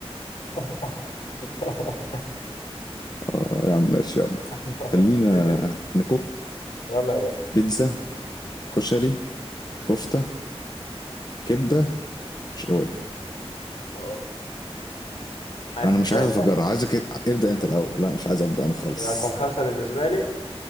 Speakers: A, on the left; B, on the left.
A: <laughs> <laughs>
B: <laughs> اه يا عم ماشي يا عم
A: حبيبي
B: خلينا
A: يعني
B: نكوك
A: يلا يا باشا
B: بيتزا كشري كفته كبده شاورما
A: اه عايز
B: انا
A: تبدا
B: مش عايز
A: انت
B: افجر عايزك ابدا انت الاول لا مش عايز ابدا انا خالص
A: رقم خمسة بالنسبة لي